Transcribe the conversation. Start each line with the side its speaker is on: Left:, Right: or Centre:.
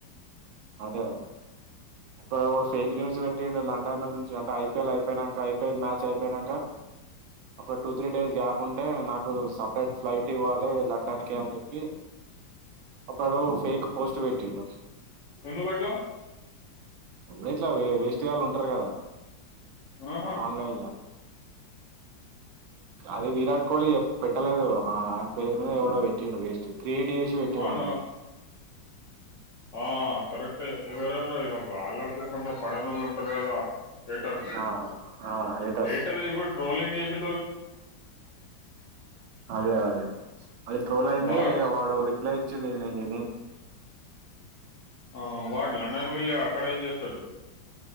Right: అదే ఇక్కడ ఓ ఫేక్ న్యూస్ పెట్టిండు. లండన్ నుంచి అంటే ఐపీఎల్ అయిపోనాక ఐపీఎల్ మ్యాచ్ అయిపోయానాక ఒక టూ త్రీ డేస్ గ్యాప్ ఉంటే నాకు సపరేట్ ఫ్లైట్ ఇవ్వాలి. లండన్కి అని చెప్పి ఒకడు ఫేక్ పోస్ట్ పెట్టిండు.
Left: ఎందుకట్లా
Right: వీట్లా వె వేస్టుగాళ్ళు ఉంటారు గదా
Left: ఆహా
Right: ఆన్లైన్ల అది విరాట్ కోహ్లీ పెట్టలేదు ఆని పేరు మీద ఎవడో పెట్టిండు వేస్ట్ క్రీయేట్ చేసి పెట్టిడన్నట్టు
Left: అవును ఆ కరెక్టే ఎవరెవరో ఇగ వాళ్లకు కొంచెం పడనోళ్ళు ఉంటారు కదా. డేటర్
Right: ఆ ఆ హేటర్స్
Left: డేటర్ ఇ కూడ్ ట్రోలింగ్ జేసి
Right: అదే అదే అది ట్రోల్ అయింది.
Left: బాగా
Right: వాడు రిప్లై ఇచ్చింది ఇది నేను చె
Left: ఆ వాడ్ లండన్ వెళ్ళా క్కడ ఏం చేస్తాడు